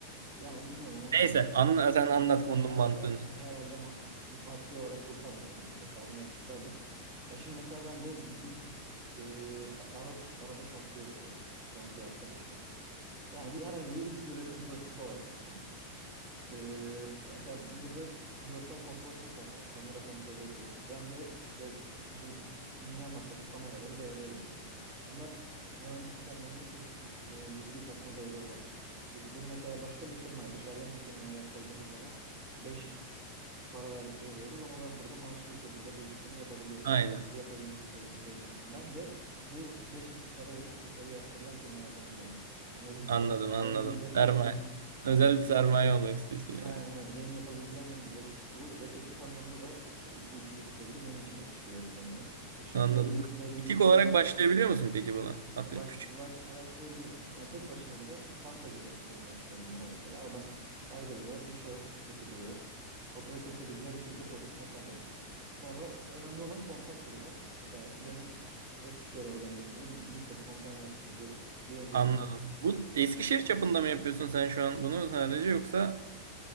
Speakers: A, on the right; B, on the right.
A: ya bilmiyorum ama herhalde
B: Neyse anla,
A: madde
B: sen anlat konunun
A: herhalde
B: mantığını.
A: herhalde ma- maddi olarak kurtarmıyor. Onun hesabını yapmışlardır. Ya şimdi mesela ben de biz e, a- araç araba şaftı üretiyoruz şu anki yaptığım işte. Yani bir, herhangi bir X üretim prosesi olarak düşün. Ee, mesela burada görsel kontrol çok fazla var. Kamera kontrolü yapıyoruz. Ben de işte dü- dünya markası kameraları devreye alıyorum burada. Bunlar mühendislik anlamında çok e, ciddi katma değeri olan işler. Biz bunu mesela başka bir firmaya, dışarıdan bir firmaya yaptırdığımız zaman 5x para ver- veriyoruz ama ben burada maaşlı bir şekilde bu, bunu yapabiliyorum.
B: Aynen.
A: Şu an yap- yapabilir düzey, düzeydeyim. Ben de bu 5x para verip dışarı yaptırılan firmalardan biri olmak istiyorum. Anladın mı?
B: Anladım anladım.
A: Benim benim
B: Sermaye.
A: yapabil Ha,
B: Özellikle
A: benim,
B: sermaye olmak istiyorsun
A: Aynen
B: yani.
A: öyle. Benim yapabileceğim en güzel iş bu ve teknik anlamda da işte iki, iki buçuk yıldır bunun için yetiştiriyorum kendimi. E şimdi
B: Anladım.
A: belli, bir-
B: Bu,
A: belli
B: butik
A: bir seviyeye
B: olarak başlayabiliyor musun peki buna? Atıyorum
A: baş,
B: küçük.
A: baş, başlayabiliyorsun. Yani tek başına bile çantacı den- deniyor işte bunlara mesela. Adam ayrılıyor, bir şahıs şirketi kuruyor. Fatura kesebileceği bir şirket olsun yeter yani. Sonra önemli olan kontak burada. Mesela benim Eskişehir organizasında birçok kontam var çünkü bir önceki
B: Anladım.
A: işim
B: Bu Eskişehir çapında mı yapıyorsun sen şu an bunu sadece yoksa